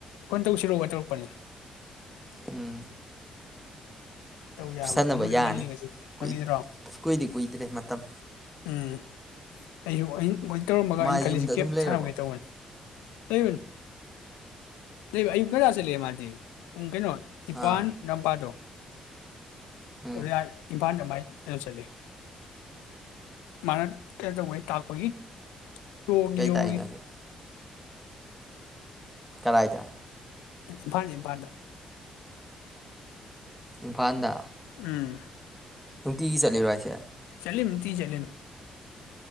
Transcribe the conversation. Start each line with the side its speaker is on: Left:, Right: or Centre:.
Left: ꯐꯣꯟ ꯇꯧꯁꯤꯔꯣꯕ ꯇꯧꯔꯛꯄꯅꯤ
Centre: ꯎꯝ
Left: ꯇꯧ ꯌꯥꯕ꯭ꯔꯥ
Centre: ꯐꯨꯁꯟꯅꯕ
Left: ꯄꯨꯡꯕꯨꯗꯤ
Centre: ꯌꯥꯅꯤ
Left: ꯉꯜꯂꯤ ꯉꯁꯤ ꯉꯜꯂꯤꯗ꯭ꯔꯣ
Centre: ꯀꯨꯏ ꯀꯨꯏꯗꯤ ꯀꯨꯏꯗ꯭ꯔꯦ ꯃꯇꯝ
Left: ꯎꯝ ꯑꯩꯌꯨ ꯑ ꯇꯧꯔꯝꯃꯒꯩꯅ
Centre: ꯃꯥ
Left: ꯈꯜꯂꯤꯁꯤꯦ
Centre: ꯌꯨꯝꯗ
Left: ꯀꯦꯞ
Centre: ꯑꯗꯨꯝ ꯂꯩꯔꯕꯣ
Left: ꯁꯥꯟꯅꯕꯒꯩ ꯇꯧꯕꯅꯤ ꯂꯩꯕꯅ ꯂꯩ ꯑꯌꯨꯛ ꯀꯅꯥ ꯆꯠ ꯃꯥꯗꯤ ꯄꯨꯡ ꯀꯩꯅꯣ ꯅꯤꯄꯥꯟ
Centre: ꯑꯥ
Left: ꯅꯄꯥꯥꯗꯣ
Centre: ꯎꯝ
Left: ꯑꯣ ꯄꯥꯟꯗ ꯃꯥꯥꯏ ꯌꯦꯅꯣ ꯆꯂꯦ ꯃꯥꯅ ꯀꯩ ꯇꯧꯕ ꯇꯈꯣꯏ ꯇꯒ
Centre: ꯀꯩ
Left: ꯍꯒ
Centre: ꯇꯥꯛꯏꯅꯣ ꯍꯥꯏꯁꯦ ꯀꯔꯥꯏꯗ
Left: ꯏꯝꯐꯥꯟ ꯏꯝꯐꯥꯟꯗ
Centre: ꯏꯝꯐꯥꯜꯗ
Left: ꯎꯝ
Centre: ꯅꯨꯡꯇꯤꯒꯤ ꯆꯠꯂꯤꯔꯣ ꯑꯩꯁꯦ
Left: ꯆꯂꯤꯝ ꯇ ꯆꯂꯤꯝ